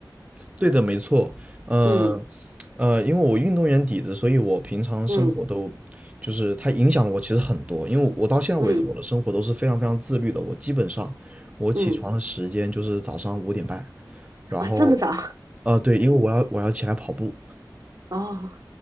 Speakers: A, on the right; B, on the right.
A: 对的，没错。呃
B: 嗯
A: 呃，因为我运动员底子，所以我平常生活都就是它影响了我其实很多。
B: 嗯
A: 因为我到现在为止，
B: 嗯
A: 我的生活都是非常非常自律的。我基本上我起床的时间就是早上五点半，
B: 嗯，
A: 然后
B: 哦，这么早
A: 呃，对，因为我要我要起来跑步。
B: 哦，